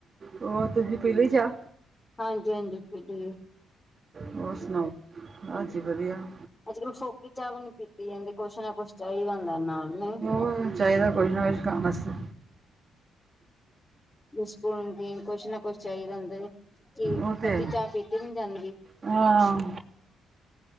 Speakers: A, on the right; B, on the left.
A: ਹੋ ਤੁਸੀਂ ਪਹਿਲੀ ਚਾਹ।
B: ਹਾਂਜੀ ਹਾਂਜੀ ਪੀਲੀ।
A: ਹੋਰ ਸੁਣਾਓ ਹਾਂਜੀ ਵਧੀਆ।
B: ਅੱਜ ਕੱਲ੍ਹ ਫੋਕੀ ਚਾਹ ਵੀ ਨੀ ਪੀਤੀ ਜਾਂਦੀ, ਕੁਛ ਨਾ ਕੁਛ ਚਾਹੀਦਾ ਹੁੰਦਾ ਨਾਲ। ਨਹੀਂ
A: ਉਹ ਚਾਹੀਦਾ ਕੁਛ ਨਾ ਕੁਛ ਖਾਣ ਵਾਸਤੇ।
B: ਬਿੱਸਕੁਟ ਨਮਕੀਨ ਕੁਛ ਨਾ ਕੁਛ ਚਾਹੀਦਾ ਹੁੰਦਾ। ਕਿ ਇਕੱਲੀ
A: ਉਹ ਤੇ ਹੈ।
B: ਚਾਹ ਪੀ ਕੇ ਨੀ ਜਾਂਦੀ।
A: ਹਾਂ,